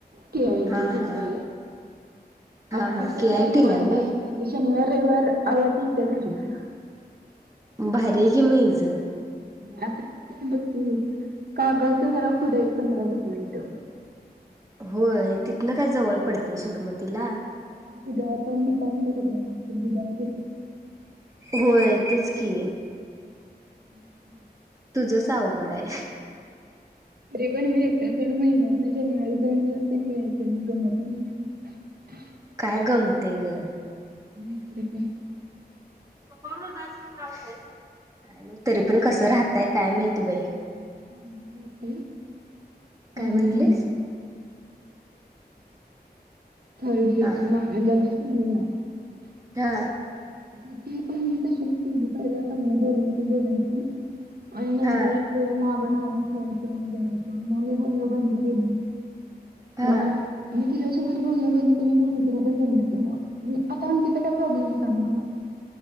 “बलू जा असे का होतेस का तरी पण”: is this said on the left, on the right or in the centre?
Right